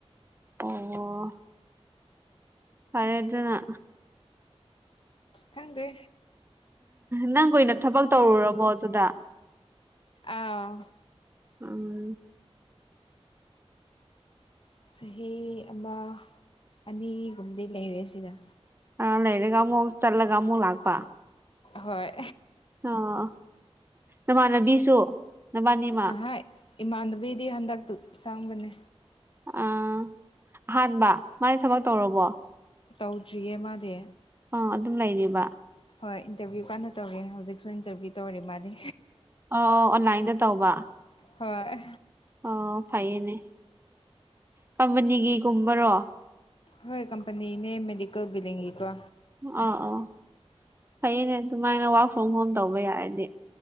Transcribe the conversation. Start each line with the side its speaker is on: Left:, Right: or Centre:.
Right: ꯑꯣ ꯄꯔꯖꯅ
Left: ꯍꯪꯔꯤ
Right: ꯅꯪ ꯀꯨꯏꯅ ꯊꯕꯛ ꯇꯧꯔꯨꯔꯕꯣ ꯑꯗꯨꯗ
Left: ꯑꯥ
Right: ꯎꯝ
Left: ꯆꯍꯤ ꯑꯃ ꯑꯅꯤꯒꯨꯝꯕꯗꯤ ꯂꯩꯔꯦ ꯁꯤꯗ
Right: ꯑ ꯂꯩꯔꯦꯒꯃꯨ ꯆꯜꯂꯒꯃꯨ ꯂꯥꯛꯄ
Left: ꯍꯣꯏ
Right: ꯑꯣ ꯅꯃꯥꯟꯅꯕꯤꯁꯨ ꯅꯕꯥꯅꯤꯃ
Left: ꯑꯍꯥꯏ ꯏꯃꯥꯟꯕꯤꯒꯤꯗꯤ ꯍꯟꯗꯛꯇ ꯁꯪꯕꯅꯦ
Right: ꯑ ꯑꯍꯥꯟꯕ ꯃꯥꯅ ꯊꯕꯛ ꯇꯧꯔꯕꯣ
Left: ꯇꯧꯗ꯭ꯔꯤꯌꯦ ꯃꯥꯗꯤ
Right: ꯑ ꯑꯗꯨꯝ ꯂꯩꯔꯤꯕ
Left: ꯍꯣꯏ ꯏꯟꯇꯔꯚꯤꯌꯨ ꯀꯥꯟꯅ ꯇꯧꯔꯤꯦ ꯍꯧꯖꯤꯛꯁꯨ ꯏꯟꯇꯔꯚ꯭ꯌꯨ ꯇꯧꯔꯦ ꯃꯥꯗꯤ
Right: ꯑ ꯑꯣꯟꯂꯥꯏꯟꯗ ꯇꯧꯕ
Left: ꯍꯣꯏ
Right: ꯑꯣ ꯐꯩꯌꯦꯅꯦ ꯀꯝꯄꯅꯤꯒꯤꯒꯨꯝꯕꯔꯣ
Left: ꯍꯣꯏ ꯀꯝꯄꯅꯤꯅꯦ ꯃꯦꯗꯤꯀꯦꯜꯕꯨ ꯂꯩꯡꯉꯦꯀꯣ
Right: ꯑꯥ ꯑꯥ ꯐꯩꯅꯦ ꯑꯗꯨꯃꯥꯏꯅ ꯋꯥꯔꯛ ꯐ꯭ꯔꯣꯝ ꯍꯣꯝ ꯇꯧꯕ ꯌꯥꯔꯗꯤ